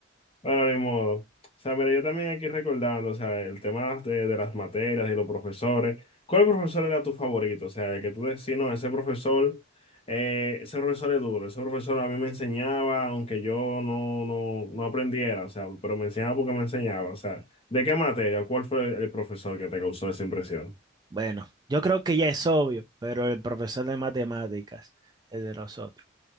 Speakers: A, on the left; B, on the right.
A: Bueno, ni modo. O sea, mira, yo también aquí recordando, o sea, el tema de, de las materias y los profesores. ¿Cuál profesor era tu favorito? O sea, el que tú decís, no, ese profesor, eh, ese profesor es duro, ese profesor a mí me enseñaba, aunque yo no, no, no aprendiera, o sea, pero me enseñaba porque me enseñaba. O sea, ¿de qué materia? ¿Cuál fue el, el profesor que te causó esa impresión?
B: Bueno, yo creo que ya es obvio, pero el profesor de matemáticas, el de nosotros,